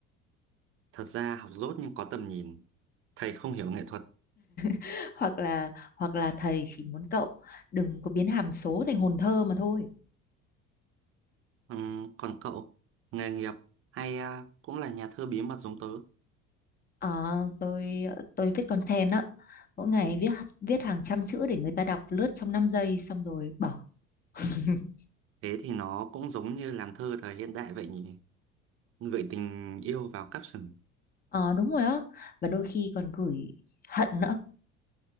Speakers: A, on the right; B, on the left.
A: thật ra học dốt nhưng có tầm nhìn thầy không hiểu nghệ thuật
B: <laughs> hoặc là hoặc là thầy chỉ muốn cậu đừng có biến hàm số thành hồn thơ mà thôi
A: Ừ, còn cậu, nghề nghiệp hay à, cũng là nhà thơ bí mật giống tớ.
B: à, tôi tôi viết content á mỗi ngày viết viết hàng trăm chữ để người ta đọc lướt trong 5 giây xong rồi bỏ <laughs>
A: Thế thì nó cũng giống như làm thơ thời hiện đại vậy nhỉ? Gửi tình yêu vào caption.
B: Ờ đúng rồi á và đôi khi còn gửi hận nữa